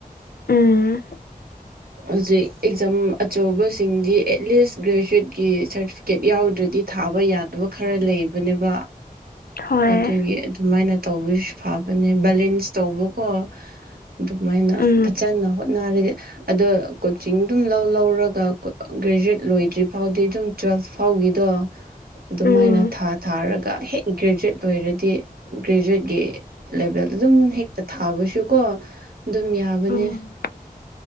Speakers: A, on the left; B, on the right.
A: ꯎꯝ
B: ꯍꯧꯖꯤꯛ ꯑꯦꯛꯖꯥꯝ ꯑꯆꯧꯕꯁꯤꯡꯗꯤ ꯑꯦꯠꯂꯤꯁ ꯒ꯭ꯔꯦꯖꯨꯋꯦꯠꯀꯤ ꯁꯥꯔꯇꯤ ꯀꯦꯠ ꯌꯥꯎꯗ꯭ꯔꯗꯤ ꯊꯥꯕ ꯌꯥꯗꯕ ꯈꯔ ꯂꯩꯕꯅꯦꯕ
A: ꯍꯣꯏ
B: ꯑꯗꯨꯒꯤ ꯑꯗꯨꯃꯥꯏꯅ ꯇꯧꯕꯁꯨ ꯐꯕꯅꯦ ꯕꯦꯂꯦꯟꯁ ꯇꯧꯕꯀꯣ ꯑꯗꯨꯃꯥꯏꯅ
A: ꯎꯝ
B: ꯐꯖꯅ ꯍꯣꯠꯅꯔꯗꯤ ꯑꯗꯣ ꯀꯣꯆꯤꯡ ꯑꯗꯨꯝ ꯂꯧ ꯂꯧꯔꯒ ꯒ꯭ꯔꯦꯖꯨꯋꯦꯠ ꯂꯣꯏꯗ꯭ꯔꯤ ꯐꯥꯎꯗꯤ ꯑꯗꯨꯝ ꯇꯨꯋꯦꯜꯐ ꯐꯥꯎꯒꯤꯗꯣ ꯑꯗꯨꯃꯥꯏꯅ
A: ꯎꯝ
B: ꯊꯥ ꯊꯥꯔꯒ ꯍꯦꯛ ꯒ꯭ꯔꯦꯖꯨꯋꯦꯠ ꯂꯣꯏꯔꯗꯤ ꯒ꯭ꯔꯦꯖꯨꯋꯦꯠꯀꯤ ꯂꯦꯚꯦꯜ ꯑꯗꯨꯝ ꯍꯦꯛꯇ ꯊꯥꯕꯁꯨꯀꯣ ꯑꯗꯨꯝ ꯌꯥꯕꯅꯦ
A: ꯎꯝ